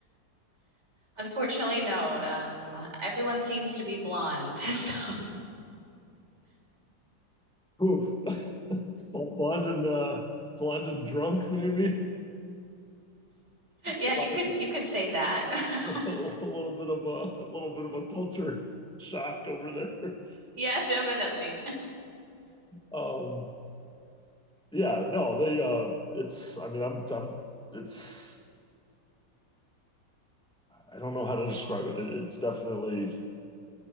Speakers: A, on the right; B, in the centre.
A: Unfortunately, no. Um, everyone seems to be blonde. <laughs> So,
B: Oof. <laughs> Blonde and uh, blonde and drunk, maybe. It's
A: yeah,
B: a lot
A: you could
B: of
A: you could say that.
B: <laughs> a
A: <laughs>
B: little bit of a, a little bit of a culture shock over there. <laughs>
A: Yeah, definitely.
B: Um, yeah, no, they. Uh, it's. I mean, I'm. I'm. It's. I don't know how to describe it. it it's definitely